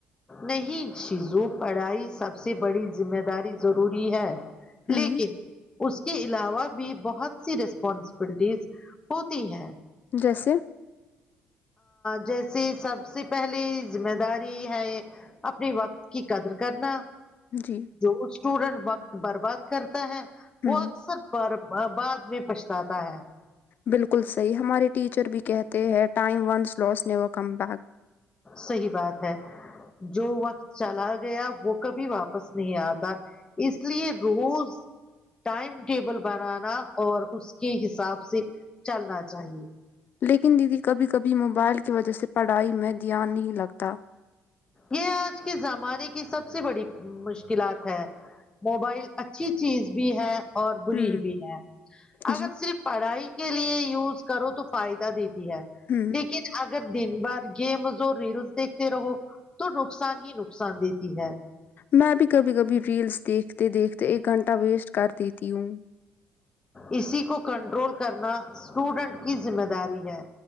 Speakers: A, on the left; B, on the left.
A: نہیں چیزوں پڑھائی سب سے بڑی ذمہ داری ضروری ہے
B: ہوں
A: لیکن اس کے علاوہ بھی بہت سی ریسپانسبلٹیز ہوتی ہے
B: جیسے
A: جیسے سب سے پہلی ذمہ داری ہے اپنے وقت کی قدر کرنا
B: جی
A: جو اسٹوڈنٹ وقت برباد کرتا ہے وہ
B: ہوں
A: اکثر پر بعد میں پچھتا تا ہے
B: بالکل صحیح ہمارے ٹیچر بھی کہتے ہیں time once lost never come back
A: صحیح بات ہے جو وقت چلا گیا وہ کبھی واپس نہیں آتا اس لیے روز ٹائم ٹیبل بنانا اور اس کے حساب سے چلنا چاہیے
B: لیکن دیدی کبھی کبھی موبائل کی وجہ سے پڑھائی میں دھیان نہیں لگتا
A: یہ آج کے زمانے کی سب سے بڑی مشکلات ہے موبائل اچھی چیز بھی ہے اور
B: ہوں
A: بری بھی ہے اگر
B: جی
A: صرف پڑھائی کے لیے یوز کرو تو فائدہ دیتی ہے
B: ہوں
A: لیکن اگر دن بھر گیمز اور ریلس دیک رہو تو نقصان ہی نقصان دیتی ہے
B: میں بھی کبھی کبھی ریلس دیکھتے دیکھتے ایک گھنٹہ ویسٹ کر دیتی ہوں
A: اسی کو کنٹرول کرنا اسٹوڈنٹ کی ذمہ داری ہے